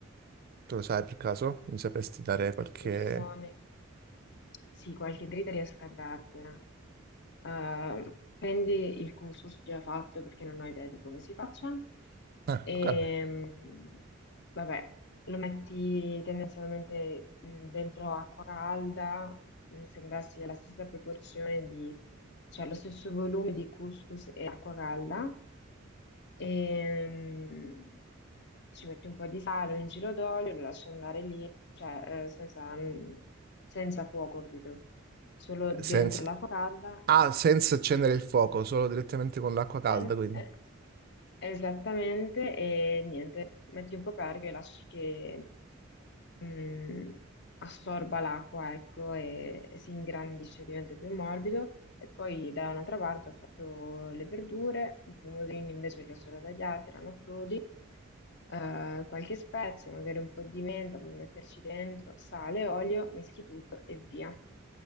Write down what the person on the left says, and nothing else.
persone, sì, qualche dritta riesco a dartela. eh, prendi il couscous già fatto perché non ho idea di come si faccia
e
mm, vabbè, lo metti tendenzialmente mm, dentro acqua calda, mi sembra sia la stessa proporzione di, cioè lo stesso volume di couscous e acqua calda e mm, ci metti un po' di sale, un giro d'olio, lo lasci andare lì, cioè eh, senza, mhmm, senza fuoco, capito? Solo dentro
l'acqua calda
Stand-
eh, esattamente, e niente, metti un coperchio e lasci che mm, assorba l'acqua, ecco, e, e si ingrandisce, diventa più morbido. E poi da un'altra parte ho fatto le verdure, i pomodorini invece li ho solo tagliati, erano crudi, eh, qualche spezia, magari un po' di menta, puoi metterci dentro, sale, olio, mischi tutto e via.